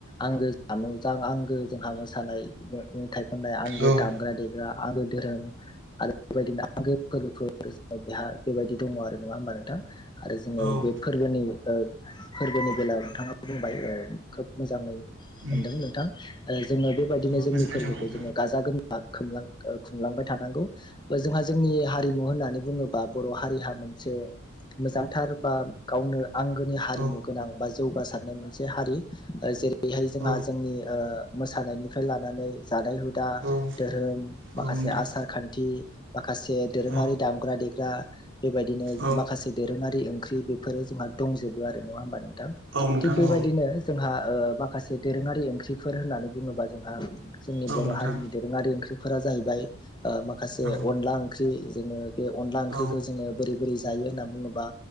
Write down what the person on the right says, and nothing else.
औ
औ औ
उम
अ
गोजोननाय
थाबाय
नोंथां औ
औ
औ
औ
नोंथां
औ
औ
औ नोंथां
औ
नोंथां
औ
औ